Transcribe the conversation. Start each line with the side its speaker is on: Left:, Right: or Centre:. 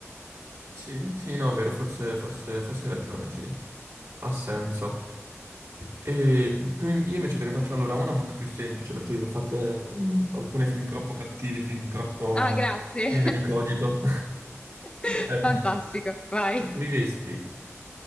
Right: Sì, sì, no, è vero, forse, forse, forse hai ragione, sì, ha senso. E tu, io invece te ne faccio allora una molto più semplice, perché ne ho fatte mm, alcune fin troppo cattive, fin troppo
Left: Ah, grazie.
Right: piene di cogito. <laughs>
Left: <laughs>
Right: Eh,
Left: Fantastico, vai.
Right: Preferiresti